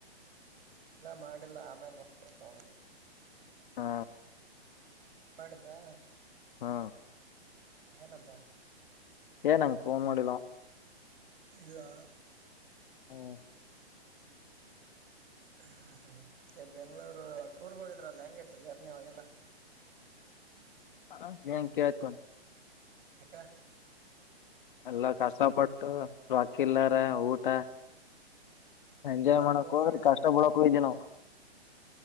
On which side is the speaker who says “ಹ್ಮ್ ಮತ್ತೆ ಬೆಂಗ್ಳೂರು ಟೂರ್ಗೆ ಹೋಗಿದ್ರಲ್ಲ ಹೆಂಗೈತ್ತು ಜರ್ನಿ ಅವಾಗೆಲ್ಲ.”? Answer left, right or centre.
Right